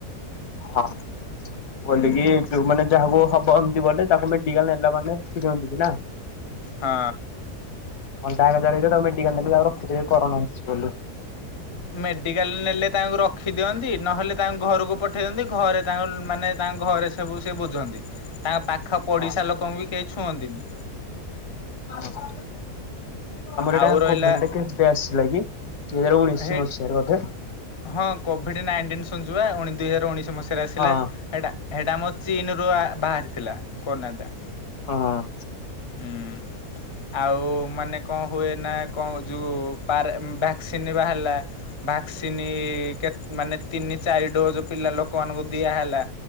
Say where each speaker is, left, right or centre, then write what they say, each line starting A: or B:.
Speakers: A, on the left; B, on the left.
A: ହଁ କୋଇଲିକି
B: ହୁଁ
A: ଯୋଉ ମାନେ ଯାହାକୁ ହବ ଗଲେ ତାକୁ ନେଇ ଡି ଏଲ ନେଲା ମାନେ ଠକି ଦିଅନ୍ତି ନା?
B: ହଁ।
A: ଅଣ୍ଟା <unintelligible> ଆଉ ରଖିଦେବେ କରନା ହେଇଚି ବୋଲି।
B: ମେଡିକାଲ ନେଲେ ତାଙ୍କୁ ରଖି ଦିଅନ୍ତି, ନହେଲେ ତାଙ୍କୁ ଘରକୁ ପଠେଇ ଦିଅନ୍ତି ଘରେ ତାଙ୍କ ମାନେ ତାଙ୍କ ଘରେ ସବୁ ସେ ବୁଝନ୍ତି, ତାଙ୍କ ପାଖ ପଡିଶା
A: ହଁ
B: ଲୋକଙ୍କୁ ବି କେହି ଛୁଅନ୍ତିିନି।
A: ଓ ହୋ, ଆମର ଏଇଟା
B: ଆଉ ରହିଲା
A: କୋବିଡ ଟା କେସ ଟା ଆସିଥିଲା କି? ଗେର ଉଣେଇଶି
B: ହେ
A: ମସିହାର ବୋଧେ।
B: ହଁ କୋଭିଡ଼୍ ନାଇଣ୍ଟିନ୍ ଶୁଞ୍ଚି ବା ଦୁଇ ହଜାର ଉଣେଇଶ ମସିହାରେ ଆସିଲା
A: ହଁ
B: ସେଇଟା ସେଇଟା ମୋ ଚୀନ ରୁ ଆ ବାହାରିଥିଲା କୋନାଡା।
A: ହଁ।
B: ହୁଁ। ଆଉ ମାନେ କଣ ହୁଏ ନା କଣ ଯୋଉ ପାର ଭକ୍ସିନ ବାହାରିଲା। ତିନି କେ ମାନେ ତିନି ଚାରି ଡୋଜ ପିଲା ଲୋକମାନଙ୍କୁ ଦିଆହେଲା